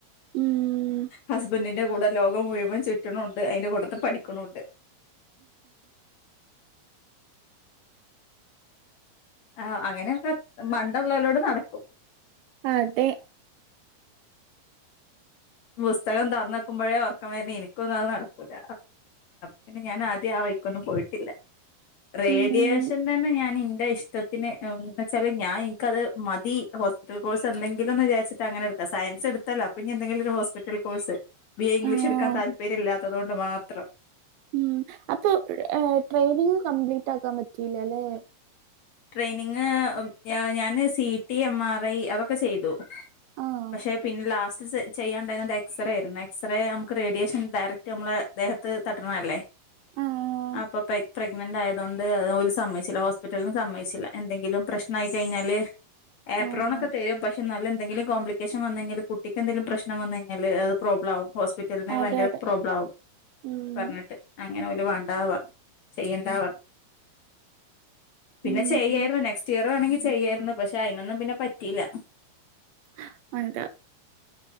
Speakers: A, on the right; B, on the left.
A: ഉം
B: ഹസ്ബൻഡിന്റെ കൂടെ ലോകം മുഴുവൻ ചുറ്റണുഉണ്ട് അതിന്റെ കൂട്ടത്ത്ൽ പഠിക്കണുണ്ട് ആ അങ്ങനെയൊക്കെ മണ്ടള്ളലോടെ നടക്കും.
A: അതെ.
B: പുസ്തകം തറന്നക്കുമ്പോഴേ ഉർക്കം വരുന്ന എനിക്കൊന്നും അത് നടക്കൂല പിന്നെ ഞാൻ ആദ്യം ആ വാഴിക്ക് ഒന്നും പോയിട്ടില്ല റേഡിയേഷൻ
A: ഉം
B: തന്നെ ഞാൻ എന്റെ ഇഷ്ടത്തിന്ന്ന് വെച്ചാല് ഞാൻ എനിക്കത് മതി. കോഴസ് എന്തെിലുന്ന് വിചാരിച്ചിട്ട് അങ്ങനെ എടുത്ത സയൻസ് എടുത്തല്ലോ അപ്പനി എന്തെിലും. Hospital course B A English
A: ആഹ്
B: എടുക്കാൻ താല്പര്യമല്ലാത്തതുക കൊണ്ട് മാത്രം.
A: ഉം അപ്പൊ ട്രെയിനിങ് കംപ്ലീറ്റ് ആാക്കാൻ പറ്റിയില്ല അല്ലേ?
B: ട്രെയിനിങ് ഞാന് C T M R I അതൊക്കെ ചെയ്തു
A: ആഹ്
B: പക്ഷെ പിന്നെ ലാസ്റ്റ് ചെയ്യണ്ടയിനത്. എക്സറേ ആയിരുന്നു എക്സറേ നമുക്ക് റേഡിയേഷൻ ഡയറക്റ്റ് നമ്മള് ദേഹത്ത് തട്ടണ അല്ലേ?
A: ആഹ്
B: അപ്പൊ പ്രെഗ്നന്റ് ആയതൊണ്ട് ഒരു സമ്മയിച്ചില്ല ഹോസ്പിറ്റല്ന്ന്. സമ്മയിച്ചില്ല എന്തെങ്കിലും പ്രശ്ന ആയി കഴിഞ്ഞാല്. ഏപ്രോൺ
A: ആഹ്
B: ഒക്കെ തരും പക്ഷെ നല്ല എന്തെങ്കിലും കോപ്ലിക്കേഷൻ വന്നെങ്കിൽ കുട്ടക്ക് എന്തെങ്കും പ്രശ്നം വന്നെങ്കിൽ അത്. പ്രോബ്ലം ആവും ഹോസ്പിറ്റലിന്
A: അതെ
B: ഭയങ്കര
A: അതെ
B: പ്രോബ്ലം ആകും
A: ഉം
B: പറഞ്ഞിട്ട്. അങ്ങനെ ഓൽ വേണ്ടാ പറഞ്ഞു ചെയ്യേണ്ടാ പറഞ്ഞു. പിന്നെ
A: ഉം
B: ചെയ്യായിരുന്നു നെക്സ്റ്റ് ഇയർ വേണമെങ്കി ചെയ്യായിരുന്നു പക്ഷെ അതിനൊന്നും പിന്നെ പറ്റിയില്ല.
A: <unintelligible>